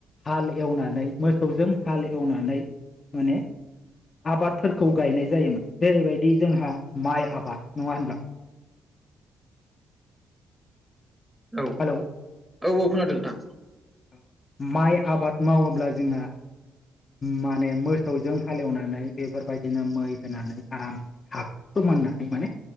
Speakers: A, on the left (about 35°); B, in the centre.
A: हाल एवनानै मोसौजों हाल एवनानै माने आबादफोरखौ गायनाय जायोमोन जेरैबायदि जोंहा माइ आबाद नङा होनब्ला।
B: औ
A: हेलौ
B: औ औ खोनादों नोंथां।
A: औ माइ आबाद मावोब्ला जोंहा। माने मोसौजों हालेवनानै बेफोरबायदिनो मै होनानै आरामसे हाखौ फोरोमाननानै माने